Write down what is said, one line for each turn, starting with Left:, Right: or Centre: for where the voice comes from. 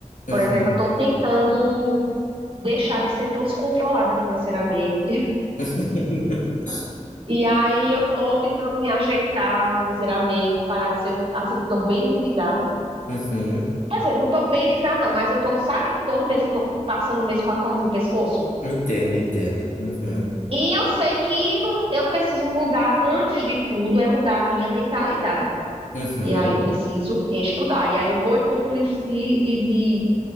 Right: Por
Left: uhum,
Right: exemplo, eu estou tentando deixar de ser tão descontrolada financeiramente. <laughs>
Left: <laughs>
Right: E aí eu estou tentando me ajeitar financeiramente, parar de ser assim que eu estou bem endividada.
Left: uhum,
Right: Quer dizer, não estou bem endividada, não, mas eu tô, sabe, todo mês eu estou passando o mês com a corda no pescoço.
Left: entendo, entendo. Uhum,
Right: E eu sei que não- eu preciso mudar, antes de tudo, é mudar a minha mentalidade.
Left: uhum,
Right: E aí eu preciso estudar. E aí eu vou e compro livros de, de, de-